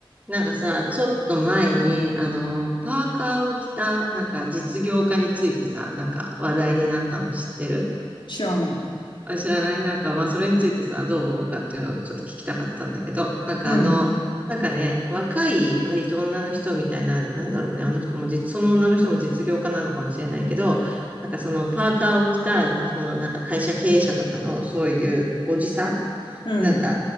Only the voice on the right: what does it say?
なんかさ、ちょっと前に、あの、パーカーを着た、なんか実業家についてさ、なんか話題になったの知ってる
あ、知らないなんか、まあ、それについてさ、どう思うかっていうのをちょっと聞きたかったんだけど、なんかあの、
なんかね、若い割と女の人みたいな、なんだろうね、あの人も実、その女の人も実業家なのかもしれないけど、なんかそのパーカーを着た、そのなんか会社経営者とかの、そういうおじさん
なんか、